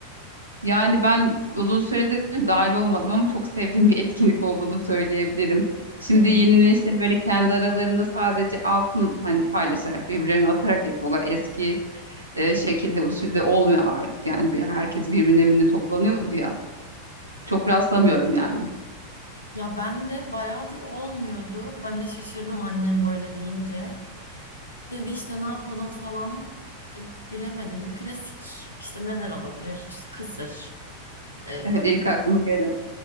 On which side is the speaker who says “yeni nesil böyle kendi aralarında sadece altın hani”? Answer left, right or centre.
Right